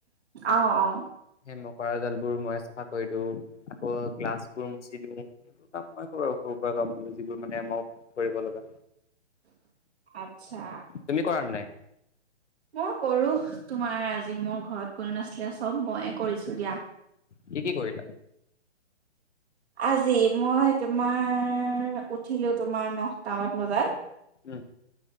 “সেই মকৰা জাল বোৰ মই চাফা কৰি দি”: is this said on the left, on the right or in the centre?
Left